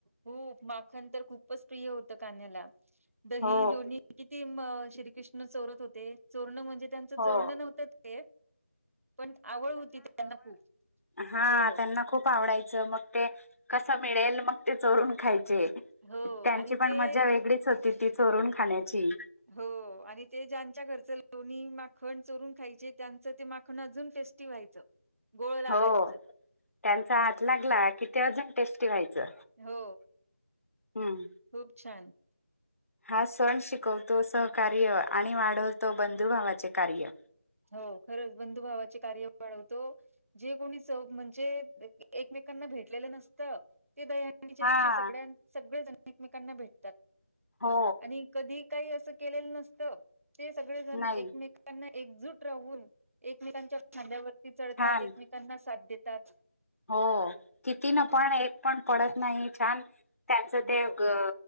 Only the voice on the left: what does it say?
हो
हो
हा
त्यांना खूप आवडायचं, मग ते कसं मिळेल, मग ते चोरून खायचे.
त्यांची
पण
मज्जा वेगळीच होती. ती चोरून खाण्याची.
हो, त्यांचा हात लागला, की ते अजून टेस्टी व्हायचं.
हम्म
हा, सण शिकवतो सहकार्य, आणि वाढवतो बंधुभावाचे कार्य.
हा
हो
नाही
छान
हो, किती ना पहाण, एक पण पडत नाही छान. त्यांचं, ते
ग